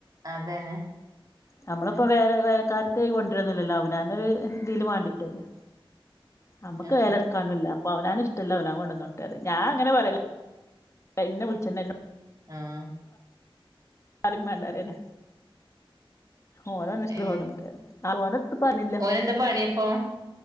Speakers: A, on the right; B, on the left.
A: അതന്നെ
B: നമ്മളിപ്പോ വേറെ വേലക്കാരത്ത്യായി കൊണ്ടരൊന്നുല്ലല്ലോ അവനാനൊരു എന്തേലും വേണ്ടിട്ടല്ലേ നമ്മക്ക്
A: ആ
B: വേലട്ക്കാനൊന്നുംല്ല അപ്പൊ അവനാന് ഇഷ്ടംല്ലെ അവനാൻ കൊണ്ടന്നോട്ടേന്ന് ഞാൻ അങ്ങനെ പറ്യല് ഇന്നെ വിളിച്ചണ്ട
A: ആഹ്
B: പറിംമാണ്ടാറിയല ഓന് ഓന് ഇഷ്ട്ടല്ലെകൊണ്ടന്നൊട്ടെ
A: ഏ
B: ആ ഓനെത്തും പണില്ല
A: ഓനെന്താ പണിയപ്പൊ